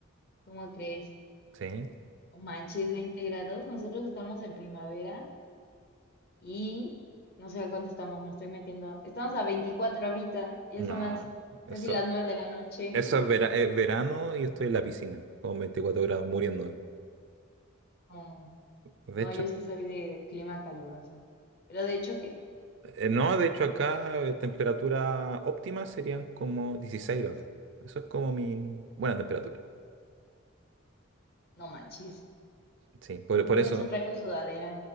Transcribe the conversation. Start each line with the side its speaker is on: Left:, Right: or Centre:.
Left: ¿Cómo crees?
Right: Sí.
Left: No manches, 20 grados. Nosotros estamos en primavera y no sé a cuánto estamos, me estoy metiendo. Estamos a 24 ahorita, ya
Right: No,
Left: son las
Right: eso,
Left: casi las 9 de la noche.
Right: eso es vera- es verano y estoy en la piscina con 24 grados muriendo.
Left: No,
Right: De
Left: no,
Right: hecho.
Left: yo sí soy de clima caluroso. Pero de hecho, ¿qué?
Right: Eh, no, de hecho acá eh, temperatura óptima serían como 16 grados. Eso es como mi buena temperatura.
Left: No manches.
Right: Sí, por,
Left: Yo
Right: por
Left: con
Right: eso,
Left: eso traigo sudadera.